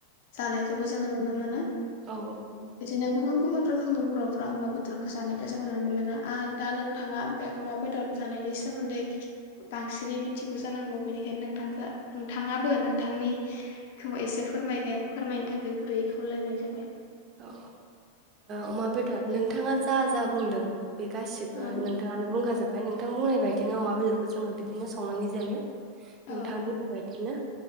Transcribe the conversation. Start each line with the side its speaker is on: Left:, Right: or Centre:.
Left: जानायखौबो जोङो नुनो मोनो
Right: औ
Left: बिदिनो गुबुन गुबुन रोखोमनि बर'फोरा अमा बेदरखौ जानायखौ जोङो नुनो मोनो आरो दा नोंथाङा बे अमा बेदर जानायनि सोमोन्दै बांसिनै मिथिगौ जानांगौ बेनिखायनो नोंथांखौ नोथाङाबो नोंथांनि खौ एसे फोरमायगो फोरमायनो थाखाय गुरैयै खावलायनाय जाबाय
Right: ओ अमा बेदर नोंथाङा जा जा बुंदों बे गासिबो
Left: ओं
Right: नोंथाङानो बुंखाजोब ओमफ्राय नोंथां बुंनाय बायदिनो अमा बेदरखौ जोङो बिदिनो संनानै जायो
Left: औ
Right: नोंथां बुंनाय बायदिनै